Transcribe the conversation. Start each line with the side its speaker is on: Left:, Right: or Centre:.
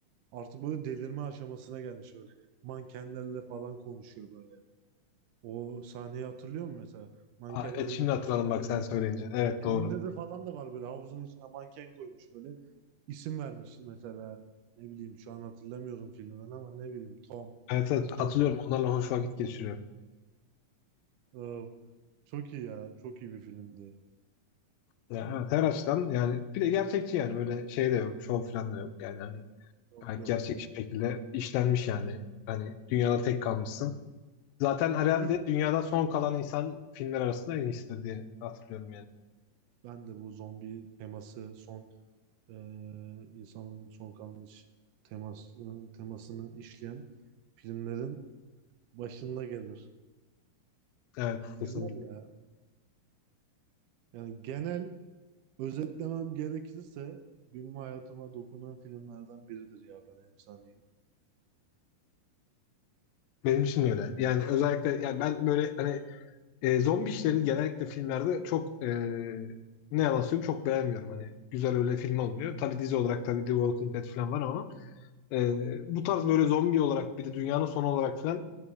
Right: Artık böyle delirme aşamasına gelmiş öyle. Mankenlerle falan konuşuyor böyle. O sahneyi hatırlıyor musun mesela? Mankenlere
Left: Aa, evet şimdi
Right: gitmiş
Left: hatırladım
Right: böyle.
Left: bak sen söyleyince. Evet
Right: Evinde
Left: doğru.
Right: de falan da var böyle havuzun içine manken koymuş böyle. İsim vermiş mesela. Ne bileyim şu an hatırlamıyorum filmden ama ne bileyim Tom,
Left: Evet, evet
Right: Johnny.
Left: hatırlıyorum onlarla hoş vakit geçiriyor.
Right: Ee, çok iyi ya. Çok iyi bir filmdi.
Left: Ya,
Right: Benim
Left: evet, her açıdan yani bir de gerçekçi yani böyle şey de yok. Şov falan da yok yani. Hani
Right: yok
Left: gayet
Right: yok
Left: gerçek
Right: yani.
Left: şekilde işlenmiş yani. Hani dünyada tek kalmışsın. Zaten herhalde
Right: İlk
Left: dünyada son kalan insan filmler arasında en iyisi diye hatırlıyorum yani.
Right: ben de bu zombi teması son e, insanlığın son kalmış temasını, temasını işleyen filmlerin başında gelir.
Left: Evet kesinlikle.
Right: Güzel ya. Yani genel özetlemem gerekirse benim hayatıma dokunan filmlerden biridir ya ben Efsaneyim.
Left: Benim için de öyle. Yani özellikle yani ben böyle hani e, zombi işlerini genellikle filmlerde çok e, ne yalan söyleyeyim çok beğenmiyorum. Hani güzel öyle film olmuyor. Tabii dizi olarak tabii The Walking Dead falan var ama e, bu tarz böyle zombi olarak bir de dünyanın sonu olarak falan